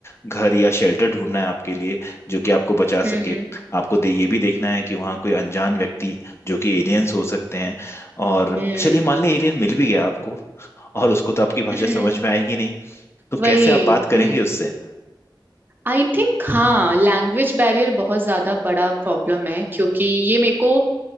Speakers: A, on the left; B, on the right.
A: घर या शेल्टर ढूंढना है आपके लिए जो कि आपको बचा
B: हम्म
A: सके आपको दे ये भी देखना है कि वहाँ कोई अनजान व्यक्ति जो कि एलियंस हो सकते हैं और
B: हम्म
A: चलिए मान लें एलियन मिल भी गया आपको और उसको तो आपकी भाषा
B: हम्म,
A: समझ में आएगी नहीं तो
B: वही
A: कैसे आप बात करेंगे
B: हम्म
A: उससे
B: आई थिंक हाँ लैंग्वेज बैरियर बहुत ज्यादा बड़ा प्रॉब्लम है क्योंकि ये मेरे को